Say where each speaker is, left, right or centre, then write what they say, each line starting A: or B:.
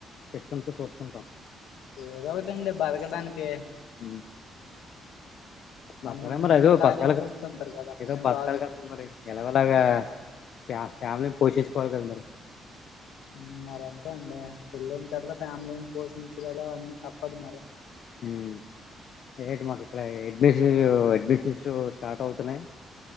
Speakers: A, on the left (about 65°); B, on the left (about 85°).
A: సిస్టమ్స్ చూస్తుంటాం
B: ఏదో ఒకటండి బతకడానికి
A: అ <unintelligible> బతకాల
B: కొంతమంది
A: మరి
B: ఇంట్లో
A: అదో
B: ఖాళీ
A: బతకలు
B: కూర్చుంటారు కదా
A: ఏదో
B: ఏం
A: బతకలు
B: రాదు
A: కద మరి ఎలాగోలాగా ఫ్యా ఫ్యామిలీని పోషించుకోవాలి కదా మరి
B: ఉం మరి అంతే అండి పెళ్ళన తర్వాత ఫ్యామిలీని పోషించడద అవన్నీ తప్పదు మరి
A: ఉం ఇగ ఇటు మాకు ఇక్కడ అడ్మిషన్ అడ్మిషన్స్ స్టార్ట్ అవుతున్నాయి